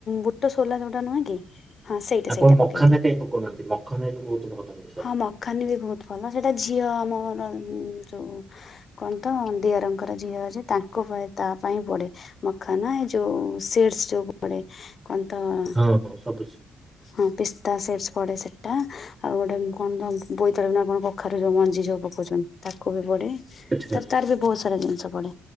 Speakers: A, on the left (about 45°); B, on the right (about 20°).
A: ବୋ ଟ ସୋଲା ଯଉଟା ନୁହେଁ କି ହଁ ସେଇଟା
B: ଆପଣ
A: ସେଇଟା
B: ମଖାନା
A: ପକେଇ ଦିଏ
B: କାହିଁ ପକଉନାହାନ୍ତି ମଖାନା ବି ବହୁତ ଭଲ ଜିନିଷ।
A: ହଁ ମଟ ଖାନି ବି ବହୁତ ଭଲ ସେଇଟା ଝିଅ ଆମର ଯୋଉ କଣ ତ ଦିଅରଙ୍କର ଝିଅ ଅଛି ତାଙ୍କ ପା ତା ପାଇଁ ପଡେ ମଖନା ଏ ଯୋଉ ସିଡ୍ସ୍‌ ଯୋଉ ପଡେ କଣ ତ୍
B: ହଁ ହଁ ସବୁ
A: ହଁ ପିସ୍ତା ସିଡ୍ସ ପଡେ ସେଟା। ଆଉ ଗୋଟେ କଣ ତ ବୋଇତାଳୁ ନା କଣ କଖାରୁ ଯୋଉ ମଞ୍ଜି ଯୋଉ ପକଉଛନ୍ତି। ତାକୁ ବି ପଢେ
B: ଆଚ୍ଛା
A: ତାର ତାର ବି ବହୁତ ସାରା ଜିନିଷ ପଡେ।